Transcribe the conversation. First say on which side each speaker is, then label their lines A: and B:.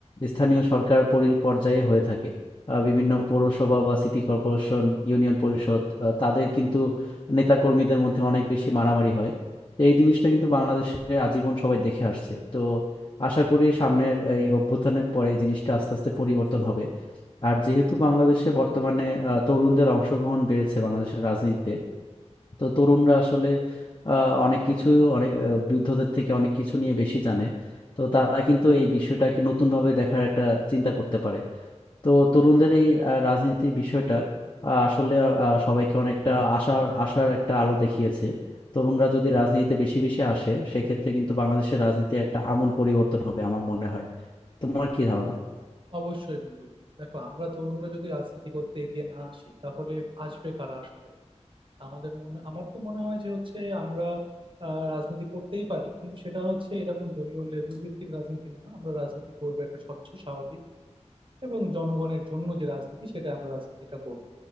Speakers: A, on the left; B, on the right.
A: স্থানীয় সরকার পরি- পর্যায়ে হয়ে থাকে আহ, বিভিন্ন পৌরসভা বা সিটি কর্পোরেশন ইউনিয়ন পরিষদ আহ, তাদের কিন্তু নেতাকর্মীদের মধ্যে অনেক বেশি মারামারি হয় তো এই জিনিসটা কিন্তু বাংলাদেশে আজীবন সবাই দেখে আসছে তো আশা করি সামনের এই অভ্যুত্থানের পরে এই জিনিসটা আস্তে আস্তে পরিবর্তন হবে আর যেহেতু বাংলাদেশে বর্তমানে আহ, তরুণদের অংশগ্রহণ বেড়েছে বাংলাদেশের রাজনীতিতে তো তরুণরা আসলে আহ, অনেক কিছু অনেক আহ, বৃদ্ধদের থেকে অনেক কিছু নিয়ে বেশি জানে তো তারা কিন্তু এই বিষয়টাকে নতুনভাবে দেখার একটা চিন্তা করতে পারে তো তরুণদের এই আহ, রাজনীতির বিষয়টা আহ, আসলে আহ, সবাইকে অনেকটা আশার আশার একটা আলো দেখিয়েছে তরুণরা যদি রাজনীতিতে বেশি বেশি আসে সেক্ষেত্রে কিন্তু বাংলাদেশের রাজনীতি একটা আমূল পরিবর্তন হবে আমার মনে হয় তোমার কি ধারণা
B: অবশ্যই বন্ধু দেখো আমরা তরুণরা যদি রাজনীতি করতে এগিয়ে না আসি তাহলে আসবে কারা আসলে আমাদের মনে আমার তো মনে হয় যে হচ্ছে আমরা আহ, রাজনীতি করতেই পারি কিন্তু সেটা হচ্ছে এরকম দলীয় লেজুড় ভিত্তিক রাজনীতি না আমরা রাজনীতি করবো একটা স্বচ্ছ স্বাভাবিক এবং জনগণের জন্য যে রাজনীতি সেটা আমরা রাজনীতিটা করব